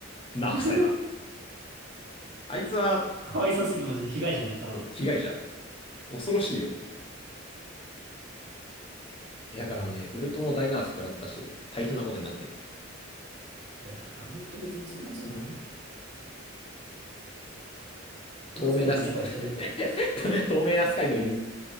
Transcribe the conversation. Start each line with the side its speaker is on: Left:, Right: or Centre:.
Left: ナーフされた。
Right: <laughs>
Left: あいつは、
Right: かわいそうすぎる、マジで。被害者じゃん、ただの。
Left: そう、被害者。恐ろしいよ。だからね、ウルトも大ナーフ食らったし、大変なことになってる。
Right: え、あのウルト別にそんな強くなくね。そんな強くなくねとは言っちゃうんから。
Left: 透明なス、<laughs> 透明なスカイの犬。